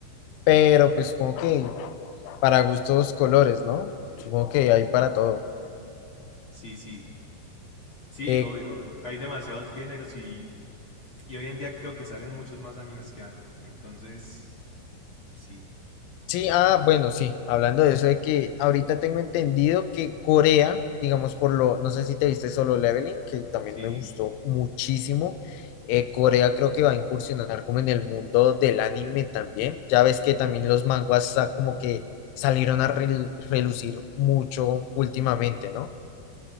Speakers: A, on the left; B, on the left.
A: Pero pues supongo que para gustos colores, ¿no? Supongo que hay para todo.
B: <laughs> sí, sí. Sí,
A: Eh,
B: obvio, obvio. Hay demasiados géneros y, y hoy en día creo que salen muchos más animes que antes. Entonces, sí,
A: Sí, ah, bueno, sí, hablando de eso de que ahorita tengo entendido que Corea, digamos por lo, no sé si te viste Solo Leveling, que también
B: sí,
A: me gustó muchísimo, eh, Corea creo que va a incursionar como en el mundo del anime también, ya ves que también los manguas sa- como que salieron a rel- relucir mucho últimamente, ¿no?